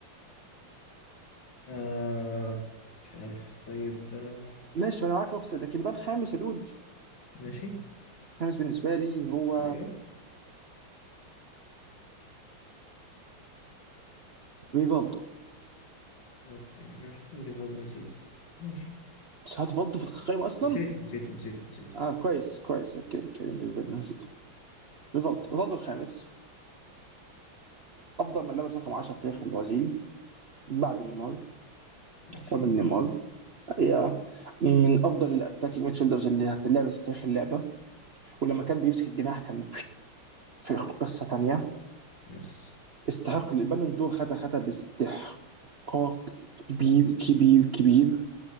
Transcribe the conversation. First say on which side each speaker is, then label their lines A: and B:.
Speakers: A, on the left; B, on the right.
A: آه مش عارف طيب آه
B: ماشي ما انا معاك اوفيس لكن بقى الخامس يا دود
A: ماشي
B: الخامس بالنسبه لي هو
A: ايوه
B: ريفالدو
A: اوكي انا مش حاطط ريفولد نسيته ماشي
B: هات ريفالدو في القائمه اصلا
A: نسيته نسيته نسيته نسيته
B: اه كويس كويس اوكي اوكي انت نسيته ريفالدو ريفالدو الخامس افضل من لبس رقم 10 في تاريخ البرازيل بعد نيمار
A: ماشي
B: كامل نيمار يا من افضل الاتاكينج ميدفيلدرز اللي هتلعب في تاريخ اللعبه ولما كان بيمسك الجناح كان في قصه ثانيه
A: يس
B: استحق البالون دور خدها خدها باستحقاق كبير كبير كبير